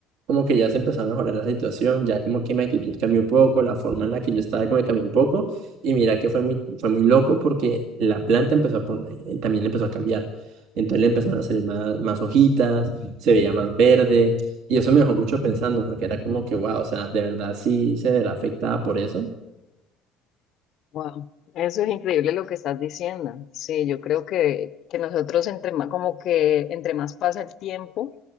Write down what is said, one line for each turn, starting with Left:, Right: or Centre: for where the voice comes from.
Right: como que ya se empezó a mejorar la situación, ya como que mi actitud cambió un poco, la forma en la que yo estaba como que cambió un poco y mira que fue muy, fue muy loco porque la planta empezó a poner, eh, también empezó a cambiar. Entonces le empezaron a salir más, más hojitas, se veía más verde y eso me dejó mucho pensando porque era como que, wow, o sea, de verdad sí se verá afectada por eso.
Left: Wow, eso es increíble lo que estás diciendo. Sí, yo creo que, que nosotros entre más, como que entre más pasa el tiempo,